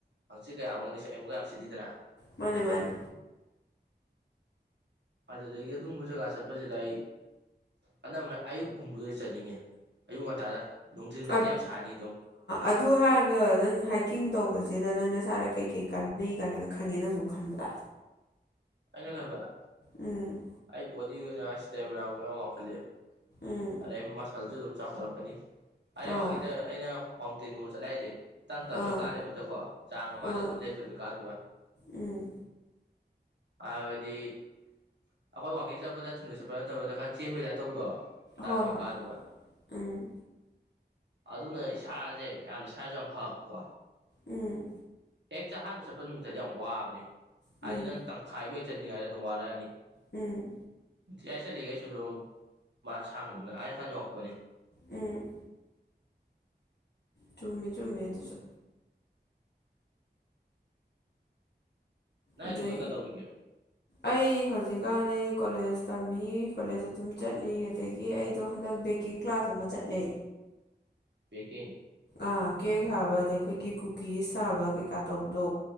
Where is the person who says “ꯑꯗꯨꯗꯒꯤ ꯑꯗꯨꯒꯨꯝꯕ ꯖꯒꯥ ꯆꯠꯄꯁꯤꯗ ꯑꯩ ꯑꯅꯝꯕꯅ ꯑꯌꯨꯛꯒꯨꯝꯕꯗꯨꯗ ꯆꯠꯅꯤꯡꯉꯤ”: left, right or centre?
Right